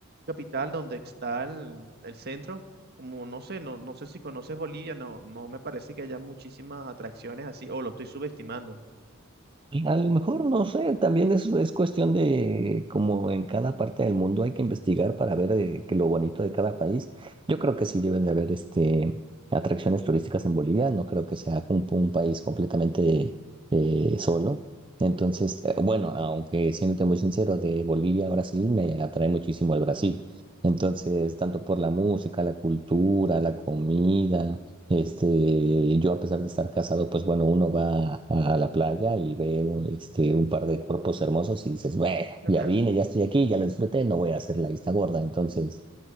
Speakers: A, on the right; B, on the right.
A: capital donde está el, el centro, como no sé, no, no sé si conoces Bolivia, no, no me parece que haya muchísimas atracciones así, o lo estoy subestimando.
B: A lo mejor, no sé, también es, es cuestión de como en cada parte del mundo hay que investigar para ver eh, que lo bonito de cada país. Yo creo que sí deben de haber este, atracciones turísticas en Bolivia, no creo que sea un, un país completamente eh, solo. Entonces, eh, bueno, aunque siéndote muy sincero, de Bolivia a Brasil me atrae muchísimo el Brasil. Entonces, tanto por la música, la cultura, la comida. Este, yo a pesar de estar casado, pues bueno, uno va a, a la playa y ve un, este, un par de cuerpos hermosos y dices, bueno,
A: <laughs>
B: ya vine, ya estoy aquí, ya lo disfruté, no voy a hacer la vista gorda. Entonces,